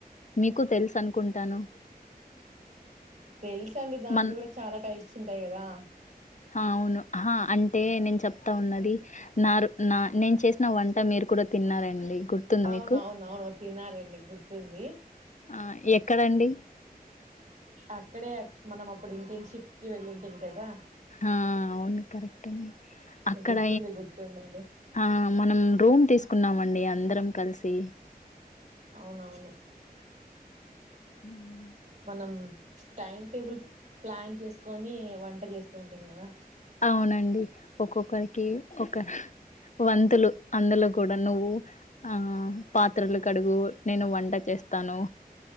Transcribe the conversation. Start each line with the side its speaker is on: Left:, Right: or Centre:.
Left: మీకు తెలుసు అనుకుంటాను
Right: తెలుస అండి దాంట్లో
Left: మన్
Right: కూడా చాలా టైప్ ఉంటాయి కదా
Left: ఆ అవును హా అంటే నేను చెప్తా ఉన్నది నారు నా నేను చేసిన వంట మీరు కూడా తిన్నారండి గుర్తుంది
Right: అవునవున
Left: మీకు
Right: అవును తిన్నా లేండి గుర్తుంది
Left: ఆ ఎక్కడండి
Right: అక్కడే మనం అప్పుడు ఇంటిన్ షిప్ కి వెళ్ళుంటిమీ కదా
Left: ఆ అవును కరెక్ట్ అ అక్కడ
Right: గుర్తుంది గుర్తుందండి
Left: ఆ మనం రూమ్ తీసుకున్నాం మండి అందరం కలిసి
Right: అవునవును
Left: హుమ్
Right: మనం టైం టేబుల్ ప్లాన్ చేసుకొని వంట చేస్తుంటీమీ కదా
Left: అవునండి ఒక్కొక్క ఒకరికి ఒక వంతులు అందులో కూడా నువ్వు ఆ పాత్రలు కడుగు నేను వంట చేస్తాను